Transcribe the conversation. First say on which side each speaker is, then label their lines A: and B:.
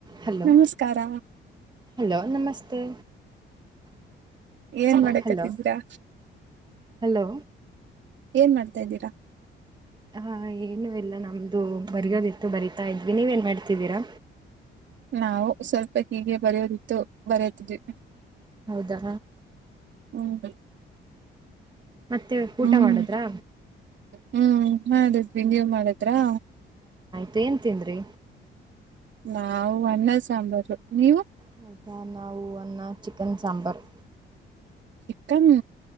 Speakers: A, on the right; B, on the right.
A: Hello
B: ನಮಸ್ಕಾರ
A: hello ನಮಸ್ತೆ
B: ಏನ್ ಮಾಡಕತ್ತಿದ್ರಾ
A: ಹಲೋ ಹಲೋ
B: ಏನ್ ಮಾಡ್ತಾ ಇದೀರಾ?
A: ಹಾ ಏನು ಎಲ್ಲ ನಮ್ದು ಬರಿಯೋದಿತ್ತು ಬರಿತಾ ಇದ್ವಿ ನೀವೇನ್ ಮಾಡ್ತಿದ್ದೀರಾ?
B: ನಾವು ಸ್ವಲ್ಪ ಹೀಗೆ ಬರೆಯೋದಿತ್ತು ಬರೆಯತಿದ್ವಿ.
A: ಹೌದಾ
B: ಹ್ಮ್ ರಿ
A: ಮತ್ತೆ
B: ಹ್ಮ್
A: ಊಟ ಮಾಡುದ್ರಾ
B: ಹ್ಮ್ ಮಾಡುದ್ವಿ ನೀವ್ ಮಾಡುದ್ರಾ?
A: ತ್ತೇನ್ ತಿಂದ್ರಿ?
B: ನಾವು ಅನ್ನ ಸಾಂಬಾರು ನೀವು
A: ಹೌದಾ ನಾವು ಅನ್ನ ಚಿಕನ್ ಸಾಂಬಾರು.
B: ಕನ್